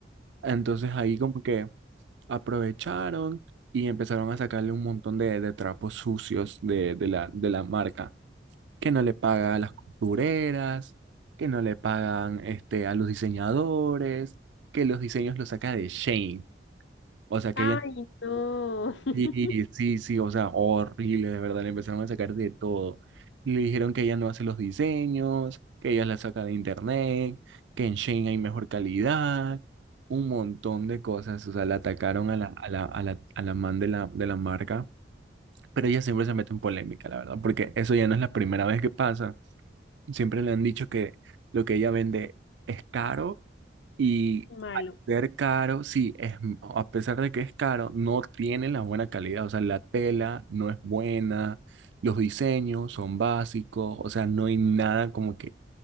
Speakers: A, on the right (about 80°); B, on the left (about 85°).
A: Entonces ahí como que aprovecharon y empezaron a sacarle un montón de, de trapos sucios de, de la, de la marca, que no le paga a las costureras, que no le pagan este, a los diseñadores, que los diseños los saca de Shane. O sea que
B: Ay,
A: ella
B: no. <laughs>
A: Sí, sí, sí, o sea, horrible, de verdad, le empezaron a sacar de todo. Le dijeron que ella no hace los diseños, que ella la saca de internet, que en Shein hay mejor calidad, un montón de cosas, o sea, la atacaron a la, a la, a la, a la man de la, de la marca, pero ella siempre se mete en polémica, la verdad, porque eso ya no es la primera vez que pasa. Siempre le han dicho que lo que ella vende es caro y
B: Qué Malo.
A: al ser caro, sí, es, m- a pesar de que es caro, no tiene la buena calidad. O sea, la tela no es buena, los diseños son básicos, o sea, no hay nada como que